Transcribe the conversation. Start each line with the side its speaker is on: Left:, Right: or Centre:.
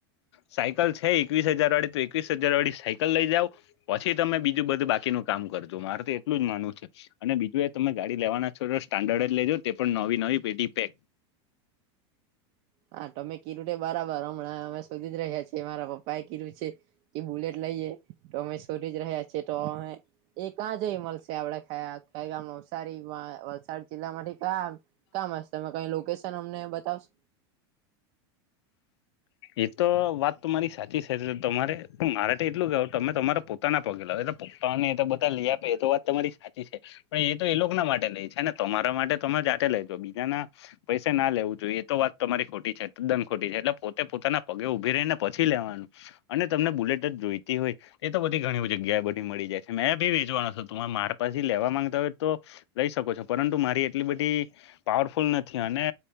Left: સાયકલ છે એકવીસ હજાર વાળી તો એકવીસ હજાર વાળી સાયકલ લઇ જાાવ પછી તમે બીજું બધું બાકીનું કામ કરજો મારે તો એટલું જ માનવું છે અને બીજું એ તમે ગાડી લેવાના છો તો સ્ટન્ડર્ડ જ લેજો તે પણ નવી નવી પેટી પેક
Right: હા તોમે કીરું બરાબર હમણાં અમે શોધી જ રહ્યાીએ મારા પપ્પા એ કીર્યું છે કે બુલેટ લઈએ તો અમે શોધ જ રહ્યા છીએ તો અમે એ ક્યાં જઈ મળશે આપડ ખ ગામ નવસારીમાં વલસાડ જિલ્લા માંથી ક્યા કં મળશે ત કઈ લોકેશન અમને બતાવશ
Left: એતો વાત તમારી સાચી છે તમારે હ મારે એટલું ગ તમે તમારા પો પ ના પગેલા એ તો પપ્પાને તો બધા લ આપે એ તો વાત તમારી સાચી છે પણ એ તો એ લોકો ના માટે લે છેને તમારા માટે તમે જા આ લઈજો બીજાના પૈસા ના લેવું જોઈએ એ તો વાત તમારી ખોટી છે દન ખોટી છે એટલે પોતે પોતાના પગે ઉઊભી રહીને પછી લેવાનું અને તમને બુલેટ જોઈતી હોય એ તો બધી ઘણી જગ્યાએ બધી મળી જાય છે મેં ભી વેચવાનો છ તરે મારે પાછી લેવા માંગતા હોય તો લઈ શકો છો પરંતુ મારી એટલી બધી પાવરફુલ નથી અને